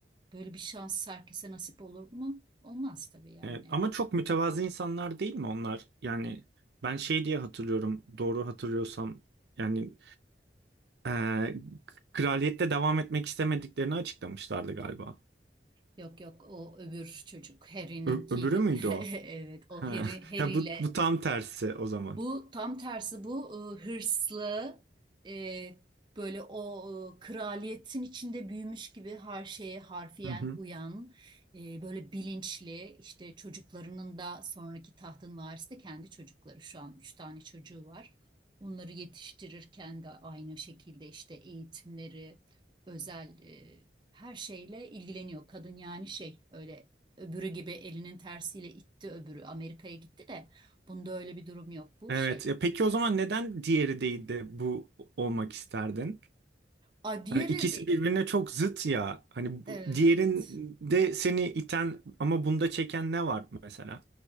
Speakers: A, on the right; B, on the right.
A: Böyle bir şans herkese nasip olur mu? Olmaz tabii yani.
B: Evet. Ama çok mütevazı insanlar değil mi onlar? Yani ben şey diye hatırlıyorum doğru hatırlıyorsam yani ee, kraliyette devam etmek istemediklerini açıklamışlardı galiba.
A: Yok yok o öbür çocuk Harry'ninkiyle.
B: Ö- öbürü müydü
A: <laughs>
B: o?
A: Evet o
B: Ha.
A: Harry,
B: <laughs>
A: Harry'yle
B: Ha, bu, bu tam tersi o zaman.
A: Bu tam tersi bu e, hırslı e, böyle o e, kraliyetin içinde büyümüş gibi her şeye harfiyen
B: Hı hı.
A: uyan e, böyle bilinçli işte çocuklarının da sonraki tahtın varisi de kendi çocukları şu an üç tane çocuğu var. Onları yetiştirirken de aynı şekilde işte eğitimleri özel e, her şeyle ilgileniyor. Kadın yani şey öyle öbürü gibi elinin tersiyle itti öbürü Amerika'ya gitti de. Bunda öyle bir durum yok. Bu
B: Evet.
A: şey.
B: Ya peki o zaman neden diğeri değil de bu olmak isterdin?
A: A diğeri
B: Hani ikisi
A: de-
B: birbirine çok zıt ya. Hani
A: evet.
B: bu- diğerinde seni iten ama bunda çeken ne var mesela?